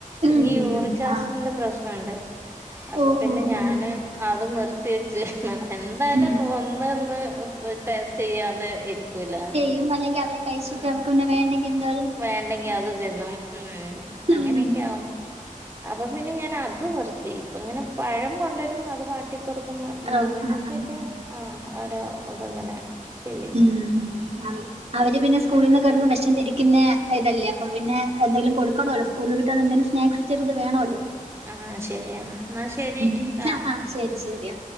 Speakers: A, on the right; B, on the right.
A: ഉം
B: എനിക്ക് യൂറിക് ആസിഡിന്റെ
A: ആഹ്
B: പ്രശ്നണ്ടേ, അപ്പൊ
A: ഓ
B: പിന്നെ
A: ഓ
B: ഞാന്
A: ഓ
B: അത് നിർ ത്തിയെച്ച്, എന്തായാലും
A: ഉം
B: ഒന്നൊന്ന് ടെസ്റ്റെയ്യാതെ ഇരിക്കൂല
A: ക്കും അല്ലെങ്കി അവര് കഴിചിട്ട്
B: ആഹ്
A: അവർക്ക് പിന്നെ വേണ്ടെങ്കി എന്തൊ
B: വേണ്ടെങ്കി അത് തിന്നും. ഉം
A: ഉം
B: അങ്ങനെയൊക്കെ ആകും. അപ്പൊ പിന്നെ ഞാനത് നിർത്തി. ഇപ്പ ഇങ്ങനെ പഴം കൊണ്ടുവരും അത് വാട്ടി കൊടുക്കും.
A: റോസ്
B: അങ്ങനത്തൊക്കെ
A: ആഹ് ആഹ്
B: ആ ഓരോ ഇതങ്ങനെ ചെയ്യും.
A: ഉം അവര് പിന്നെ സ്കൂളിൽ നിന്ന് വമ്പോൾ വെശന്നിരിക്കുന്നെ ഇതല്ലേ, അപ്പൊ പിന്നെന്തെങ്കിലും കൊടുക്കണല്ലോ?. സ്കൂൾ വിട്ടന്ന എന്തേലും സ്നാക്സ് ചെറുത് വേണല്ലോ?.
B: ആ ശരിയെന്നാ എന്നാ ശരി
A: ഉം
B: ട്ടാ
A: അ ആഹ് ശരി ശരിയാ